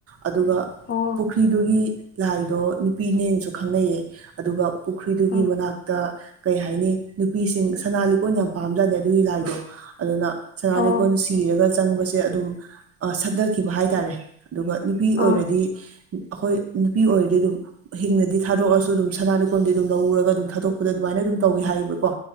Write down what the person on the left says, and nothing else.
ꯑꯣ
ꯑꯥ
ꯑꯣ
ꯑꯥ